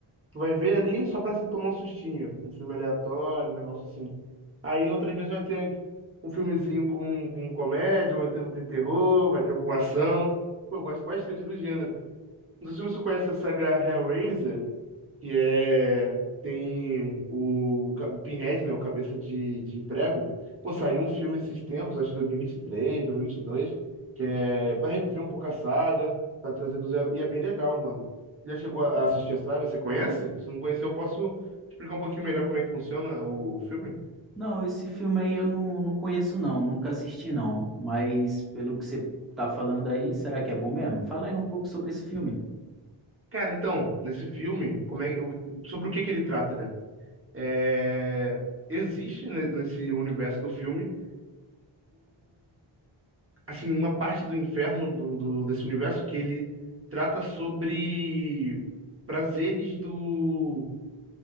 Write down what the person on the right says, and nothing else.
tu vai ver ali só pra se tomar um sustinho. Um filme aleatório, um negócio assim. Aí outras vezes vai ter um filmezinho com, com comédia, vai ter um tem terror, vai ter um com ação. Pô, eu gosto bastante do gênero. Não sei se você conhece a saga Hellraiser que é tem o, ca- o Pinhead, né, o Cabeça de, de Prego. Pô, saiu um filme esses tempos, acho que 2023, 2022, que é para reviver um pouco a saga, para trazer do zero, e é bem legal, mano. Já chegou a a assistir a saga? Você conhece? Se não conhecer, eu posso explicar um pouquinho melhor como é que funciona o, o filme?
Cara, então, nesse filme, como é, o- sobre o que que ele trata, né? É, existe ne- nesse universo do filme assim, uma parte do inferno do, do- desse universo que ele trata sobre prazeres do